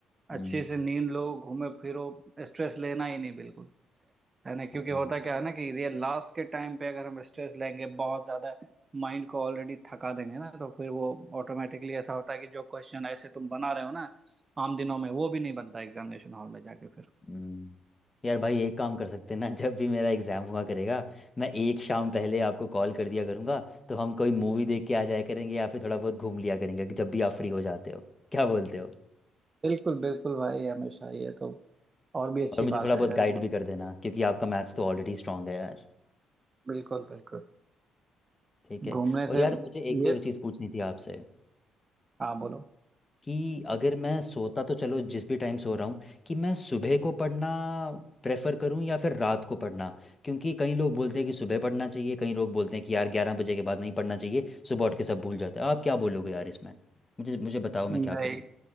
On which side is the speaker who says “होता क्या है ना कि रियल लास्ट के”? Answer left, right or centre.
Right